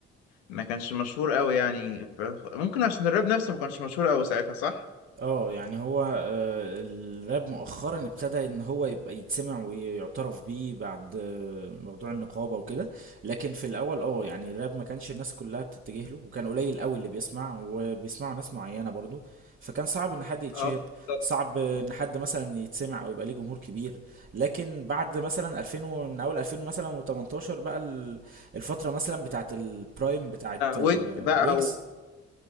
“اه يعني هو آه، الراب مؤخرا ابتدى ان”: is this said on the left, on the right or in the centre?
Right